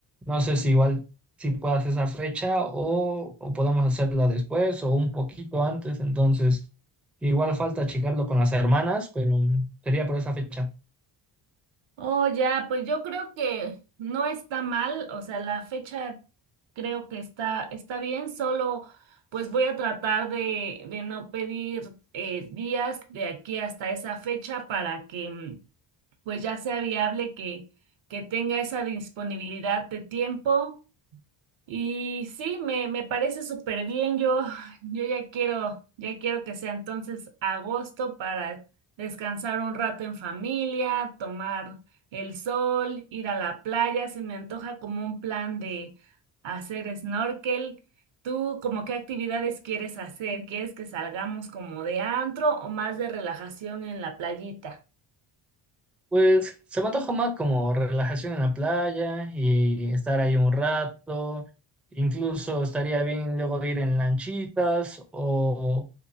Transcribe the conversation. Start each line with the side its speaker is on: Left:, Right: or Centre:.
Centre: no sé si igual si puedas esa fecha o, o podemos hacerla después o un poquito antes, entonces igual falta checarlo con las hermanas, pero mm, sería por esa fecha.
Right: Oh, ya, pues yo creo que no está mal, o sea, la fecha creo que está, está bien, solo pues voy a tratar de, de no pedir eh, días de aquí hasta esa fecha para que mm, pues ya sea viable que, que tenga esa disponibilidad de tiempo. Y sí, me, me parece súper bien. Yo, <sighs> yo ya quiero, ya quiero que sea entonces agosto para descansar un rato en familia, tomar el sol, ir a la playa. Se me antoja como un plan de hacer snorkel. ¿Tú como qué actividades quieres hacer? ¿Quieres que salgamos como de antro o más de relajación en la playita?
Centre: Pues se me antoja más como relajación en la playa y estar ahí un rato, incluso estaría bien luego ir en lanchitas o